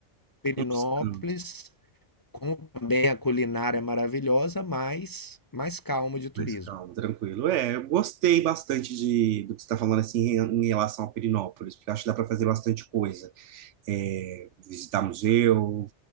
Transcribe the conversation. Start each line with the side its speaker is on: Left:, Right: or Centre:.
Left: Pirinópolis
Right: um descanso,
Left: com também a culinária é maravilhosa, mas mais calma de turismo.
Right: mais calmo, tranquilo. É, eu gostei bastante de, do que você está falando, assim, em, em relação a Perinópolis, porque eu acho que dá para fazer bastante coisa. É, visitar museu,